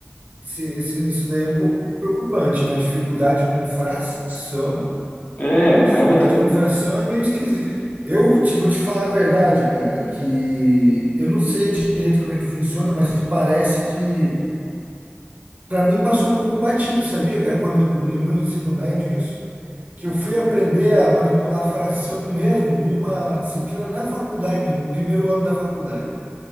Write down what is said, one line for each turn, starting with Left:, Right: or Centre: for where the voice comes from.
Right: esse, esse- isso daí é um pouco preocupante, né? Dificuldade com fração.
Left: É, o
Right: Dificuldade
Left: cara vai estar.
Right: com fração é meio esquisito. Eu te, vou te falar a verdade, cara, que eu não sei direito como é que funciona, mas parece que, para mim, passou um pouco batido, sabia, cara? Quando no meu ensino médio, isso. que eu fui aprender a manipular fração mesmo numa disciplina na faculdade, do- no primeiro ano da faculdade.